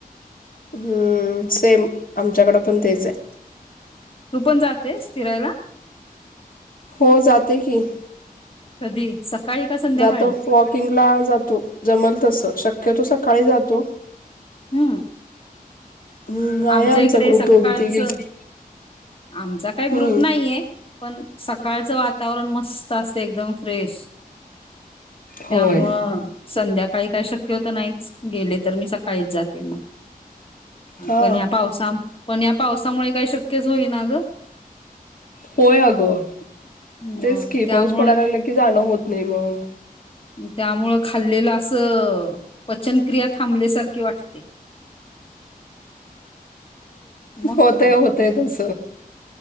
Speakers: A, on the left; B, on the left.
A: हम्म, सेम आमच्याकडं पण तेच आहे.
B: तू पण जातेस फिरायला?
A: हो जाते की.
B: कधी? सकाळी का संध्याकाळी?
A: जातो वॉकिंगला जातो जमल तस शक्यतो सकाळी जातो.
B: हम्म
A: हम्म आहे
B: आमच्या
A: आमचा
B: इकडे
A: ग्रुप
B: सकाळच
A: दोघी तिघींचा
B: आमचा काही
A: हम्म
B: ग्रुप नाहीये पण सकाळचं वातावरण मस्त असते एकदम फ्रेश.
A: होय
B: त्यामुळ संध्याकाळी काय शक्य होतं नाहीच गेले तर मी सकाळीच जाते मग.
A: हा
B: पण ह्या पावसा पण या पावसामुळे काही शक्यच होई ना ग.
A: होय अगं,
B: मग
A: तेचकी
B: त्यामुळं
A: पाऊस पडायला लागला की जाणं होत नाही मग.
B: त्यामुळं खाल्लेलं असं पचनक्रिया थांबल्यासारखी वाटते. मग
A: होतय
B: काय
A: होतय तस.